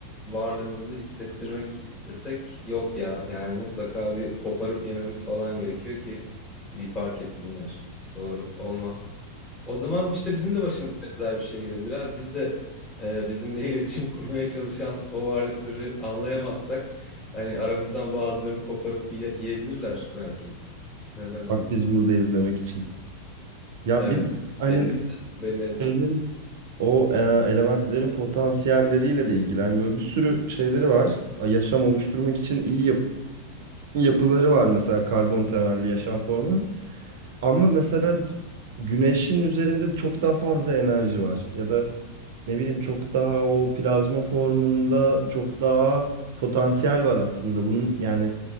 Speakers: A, on the left; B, on the right.
A: varlığımızı hissettirmek istesek yok ya yani mutlaka bir koparıp yememiz falan gerekiyor ki bir fark etsinler. Doğru olmaz. O zaman işte bizim de başımıza benzer bir şey gelebilir abi. Biz de e, bizimle <laughs> iletişim kurmaya çalışan o varlıkları anlayamazsak hani aramızdan bazılarını koparıp yiye- yiyebilirler belki. Neden olmasın?
B: Bak biz buradayız demek için. Ya
A: Evet
B: bir de
A: belli
B: hani
A: belli
B: şeylerin o e, elementlerin potansiyelleriyle de ilgili. Hani böyle bir sürü şeyleri var. Yaşam oluşturmak için iyi yap- yapıları var mesela karbon temelli yaşam formunun. Ama mesela güneşin üzerinde çok daha fazla enerji var. Ya da ne bileyim çok daha o plazma formunda çok daha potansiyel var aslında. Bunun yani